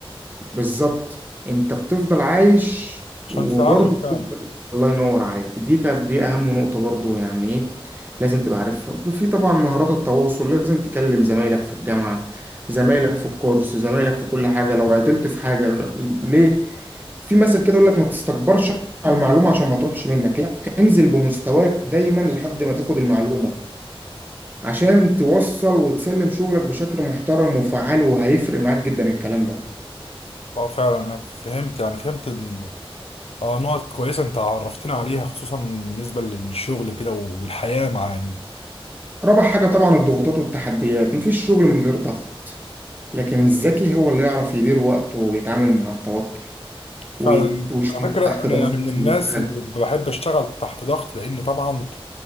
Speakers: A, on the right; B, on the left.
A: بالظبط انت بتفضل عايش
B: عشان
A: وبرضه
B: تتعلم فعلا
A: بتفضل الله ينور عليك دي كانت دي اهم نقطة برضه يعني ايه لازم تبقى عارفها في طبعا مهارات التواصل لازم تكلم زمايلك في الجامعة زمايلك في الكورس زمايلك في كل حاجة لو عطلت في حاجة ليه في مثل كده يقول لك ما تستكبرش على المعلومة عشان ما تروحش منك لا انزل بمستواك دايما لحد ما تاخد المعلومة عشان توصل وتسلم شغلك بشكل محترم وفعال وهيفرق معاك جدا الكلام ده
B: اه فعلا انا فهمت يعني فهمت ال... اه نقط كويسه انت عرفتنا عليها خصوصا بالنسبه للشغل كده والحياه مع يعني
A: رابع حاجة طبعا الضغوطات والتحديات مفيش شغل من غير ضغط لكن الذكي هو اللي يعرف يدير وقته ويتعامل مع التوتر
B: فعلا
A: وي- ويشتغل
B: على فكره
A: تحت
B: انا
A: ضغط
B: يعني من الناس
A: ويشتغل
B: اللي بحب اشتغل تحت ضغط لان طبعا